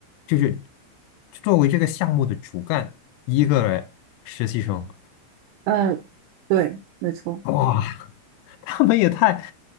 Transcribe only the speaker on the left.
就是作为这个项目的主干，一个人实习生，
哇，<laughs> 他们也太